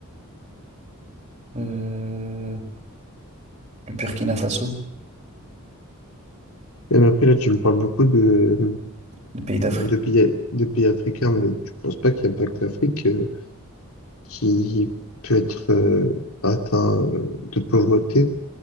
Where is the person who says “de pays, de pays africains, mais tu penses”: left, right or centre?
Left